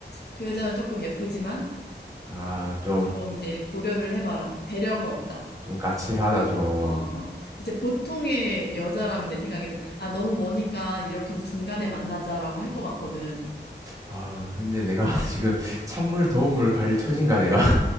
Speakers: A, on the left; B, on the right.
A: 그 여자는 조금 예쁘지만,
B: 아좀까좀
A: 조금 이제 고려를 해봐라. 배려가 없다.
B: 까칠하다 좀
A: 어, 어. 이제 보통의 여자라면 내 생각에는, 아, 너무 머니까 이렇게 해서 중간에 만나자라고 할 것 같거든.
B: 아 근데 내가
A: 어.
B: <laughs> 지금 찬물 더운 물 가릴 처진가 내가